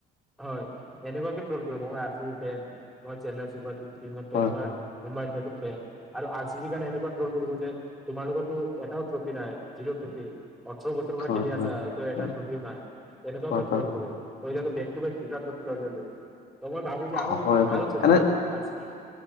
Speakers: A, in the centre; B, on the left (about 70°).
A: হয়! এনেকুৱাকে ট্ৰল কৰিম। মই আৰ চি বিৰ ফেন, মই চেন্নাই ছুপাৰ কিংৰ
B: হয়
A: ফেন। মই মুম্বাই ইণ্ডিয়ানছৰ ফেন। আৰু আৰ চি বি কাৰণে, এনেকুৱা ট্ৰল কৰিব যে, তোমাৰ লগততো এটাও ট্ৰফি নাই, জিৰ' ট্ৰফি। ওঁঠৰ বছৰৰ পৰা
B: হয়
A: খেলি
B: হয়
A: আছা, এতিয়াও এটা
B: হয়
A: ট্ৰফিও নাই, এনেকুৱাকে
B: হয়
A: ট্ৰল কৰে। <unintelligible> এতিয়াতো, বেক টু বেক দুটা ট্ৰফি লৈ ল'লে। ত' মই ভাবোঁ
B: হয়
A: যে আৰু,
B: হয় হয়
A: আৰু ট্ৰফি
B: এনে
A: লওঁক আৰ চি বি।